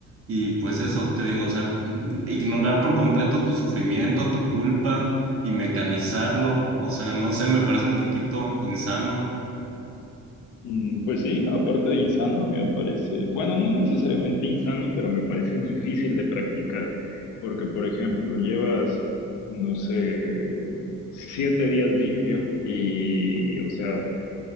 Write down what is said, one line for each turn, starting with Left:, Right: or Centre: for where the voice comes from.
Right: Y pues eso, te digo, o sea, mm, ignorar por completo tu sufrimiento, tu culpa y mecanizarlo, o sea, no sé, me parece un poquito insano.
Left: Mm, Pues sí, aparte de insano, me parece, bueno, no necesariamente insano, pero me parece difícil de practicar, porque, por ejemplo, llevas, no sé, siete días limpio y, o sea,